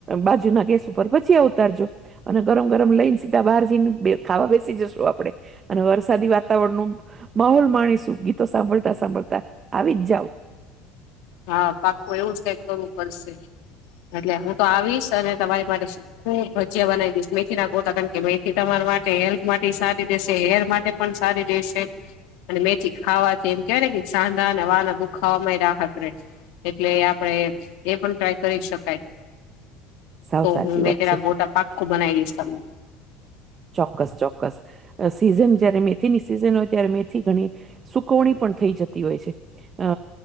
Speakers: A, on the right (about 30°); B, on the left (about 75°).
A: બાજુ ના ગેસ ઉપર ભજીયા ઉતારજો. અને ગરમ ગરમ લઈને સીધા બહાર જઈને ખાવા બેસી જશું આપડે અને વરસાદી વાત વાતાવરણ નું માહોલ માણીશું ગીતો સાંભળતા સાંભળતા આવી જ જાવ
B: હા પાકું એવું જ કઈક કરવું પડશે એટલે હું તો આવીશ અને તમારી માટે શું હું ભજીયા બનાવી દઈશ મેથી ના ગોટ કારણ કે મેથી તમારા માટે હેલ્થ માટે સારી રહેેશે હેર માટે પણ સારી રશે અને મેથી ખાવાથી એમ કેવાય ને કે સાંધા અને વાના દુખાવા રાહતે એટલે આપડે એ પણ ટ્રાય કરી શકાય
A: સાવ
B: તો
A: સાચી
B: હું મેથીના
A: વાત છે
B: ગોટા પાક્કું બનાવી દઈશ તમને
A: ચોક્કસ ચોક્કસ સીઝન જયારે મેથીની સિઝન હોય ત્યારે મેથી ઘણી સુકવણી પણ થઈ જતી હોય છે. અ